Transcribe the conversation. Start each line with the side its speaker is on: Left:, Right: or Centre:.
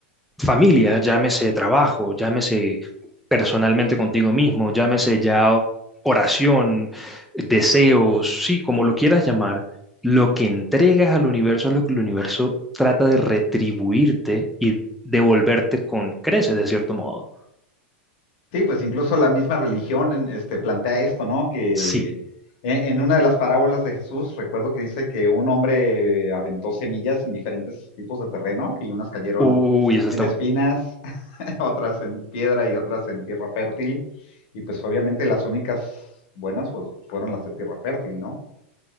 Centre: familia, llámese trabajo, llámese personalmente contigo mismo, llámese ya oración, deseos, sí, como lo quieras llamar, lo que entregas al universo es lo que el universo trata de retribuirte y devolverte con creces, de cierto modo.
Left: Sí, pues incluso la misma religión en- este, plantea esto, ¿no? Que
Centre: Sí.
Left: e- en una de las parábolas de Jesús, recuerdo que dice que un hombre aventó semillas en diferentes tipos de terreno y unas cayeron
Centre: Uy, eso está
Left: en espinas,
Centre: bueno.
Left: <laughs> otras en piedra y otras en tierra fértil. Y pues obviamente las únicas buenas pues, fueron las de tierra fértil, ¿no?